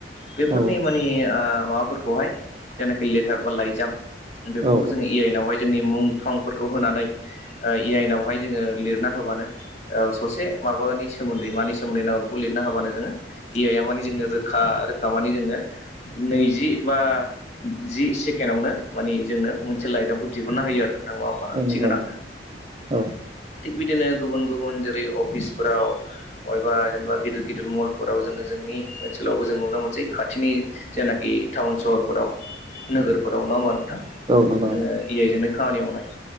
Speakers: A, on the left; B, on the right.
A: बेफोरनि
B: औ
A: माने माबाफोरखौहाय जेनाखि लेटार बा लाइजाम बेफोरखौ
B: औ नंगौ औ
A: जों ए आइनावहाय जोंनि मुं थंफोरखौ होनानै इ आइन आवहाय जोङो लिरना होबानो ससे माबानि सोमोन्दै मानि सोमोन्दै नांगौ बेखौ लिरनानै हानो जोङो ए आइया मानो जोंनो रोखा रोखा माने जोंनो नैजि बा जि सेकेणडआवनो माने जोंनो मोनसे लाइजामखौ दिहुनना होयो आरो नोंथां ना होमबा ओंथिगोनां
B: नंगौ नंगौ
A: नो
B: औ
A: थिग बिदिनो गुबुन गुबुन जेरै अफिसफोराव बबेबा जेनेबा गिदिर गिदिर मलफोराव जोङो जोंनि ओनसोलावबो जों नुनो मोनसै खाथिनि जेनाखि टाउन सहरफोराव नोगोरफोराव नङा होमबा नोंथां
B: नंगौ औ नंगौ
A: जोङो ए आइजोंनो खामानि मावनाय